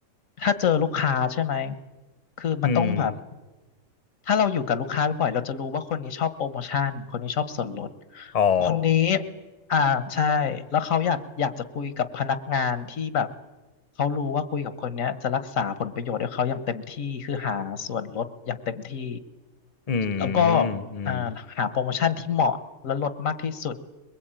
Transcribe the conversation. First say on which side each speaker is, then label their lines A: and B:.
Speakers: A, on the left (about 85°); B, on the left (about 35°).
A: ถ้าเจอลูกค้าใช่ไหมคือมันต้องแบบ
B: อืม
A: ถ้าเราอยู่กับลูกค้าบ่อยๆเราจะรู้ว่าคนนี้ชอบโปรโมชั่นคนนี้ชอบส่วนลด
B: อ๋อ
A: คนนี้อ่าใช่แล้วเขาอยากอยากจะคุยกับพนักงานที่แบบเขารู้ว่าคุยกับคนเนี้ยจะรักษาผลประโยชน์ให้เขาอย่างเต็มที่คือหาส่วนลดอย่างเต็มที่
B: อื
A: อแล้วก็ออ่าหาโปรโมชั่นที่เหมาะและลดมากที่สุด
B: มอืม